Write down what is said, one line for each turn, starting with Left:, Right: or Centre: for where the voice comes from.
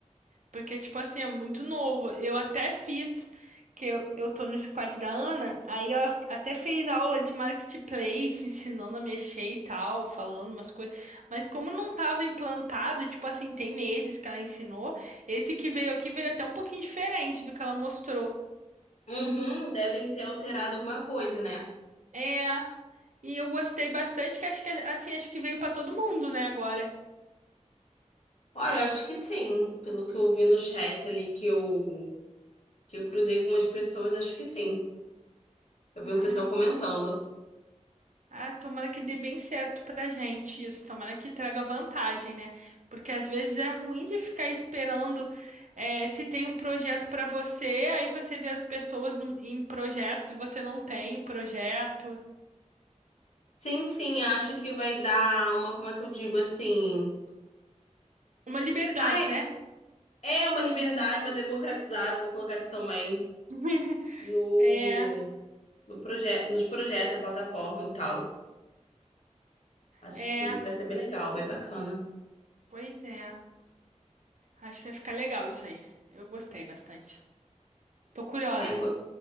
Right: Porque, tipo assim, é muito novo. Eu até fiz, que eu, eu tô no squad da Ana, aí ela até fez aula de marketplace, ensinando a mexer e tal, falando umas coisas. Mas como não tava implantado, tipo assim, tem meses que ela ensinou, esse que veio aqui veio até um pouquinho diferente do que ela mostrou.
Left: Uhum, devem ter alterado alguma coisa, né?
Right: É, e eu gostei bastante, que acho que, assim, acho que veio pra todo mundo, né, agora.
Left: Olha, eu acho que sim. Pelo que eu vi no chat ali que eu que eu cruzei com umas pessoas, acho que sim. Eu vi
Right: Ai.
Left: o pessoal comentando.
Right: Ah, tomara que dê bem certo pra gente isso, tomara que traga vantagem, né? Porque às vezes é ruim de ficar esperando eh, se tem um projeto pra você, aí você vê as pessoas num- em projetos e você não tem projeto.
Left: Sim, sim, acho que vai dar uma, como é que eu digo assim?
Right: Uma liberdade,
Left: Ai,
Right: né?
Left: é uma liberdade, uma democratizada, vou colocar isso também
Right: <laughs>
Left: no
Right: É,
Left: no proje nos projetos da plataforma e tal. Acho
Right: é,
Left: que vai ser bem legal, bem bacana.
Right: pois é. Acho que vai ficar legal isso aí. Eu gostei bastante. Tô curiosa.
Left: Ai, go-